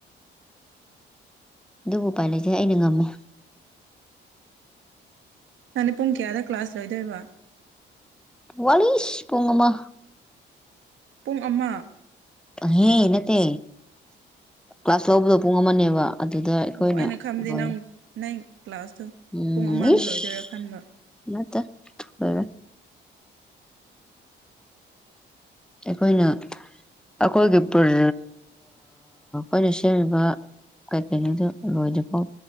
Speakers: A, in the centre; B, on the right.
A: ꯑꯗꯨꯕꯨ ꯎꯄꯥꯏ ꯂꯩꯁꯦ ꯑꯩꯅ ꯉꯝꯃꯦ
B: ꯅꯥꯟ ꯄꯨꯡ ꯀꯌꯥꯗ ꯀ꯭ꯂꯥꯁ ꯂꯣꯏꯗꯣꯏꯕ
A: ꯋꯥꯂꯤꯁ ꯄꯉꯃ
B: ꯄꯨꯡ ꯑꯃ
A: ꯍꯦ ꯅꯠꯇꯦ ꯀ꯭ꯂꯥꯁ ꯂꯧꯕꯗꯣ ꯄꯨꯡ ꯑꯃꯅꯦꯕ ꯑꯗꯨꯗ ꯑꯩꯈꯣꯏꯅ
B: ꯑꯣ ꯑꯩꯅ ꯈꯟꯕꯗꯤ
A: ꯂꯣꯏ
B: ꯅꯪ ꯅꯪ ꯀ꯭ꯂꯥꯁꯇꯣ
A: ꯎꯝ
B: ꯄꯨꯡ ꯑꯃꯗ
A: ꯏꯁ
B: ꯂꯣꯏꯗꯣꯏꯔꯥ ꯈꯟꯕ
A: ꯑꯇꯔ
B: <inaudible>
A: ꯑꯩꯈꯣꯏꯅ ꯑꯈꯣꯏꯒꯤ ꯏ ꯑꯩꯣꯏꯅꯁ ꯀꯩ ꯀꯅꯤꯗ ꯔꯣꯖ ꯐꯥꯎ